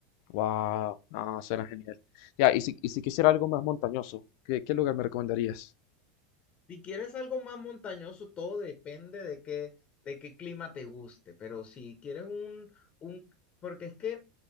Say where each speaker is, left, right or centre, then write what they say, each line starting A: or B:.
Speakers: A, on the left; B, on the left.
A: Wow, no, suena genial. Ya, y si, y si quisiera algo más montañoso, ¿qué, qué lugar me recomendarías?
B: Si quieres algo más montañoso, todo depende de qué, de qué clima te guste, pero si quieres un, un, porque es que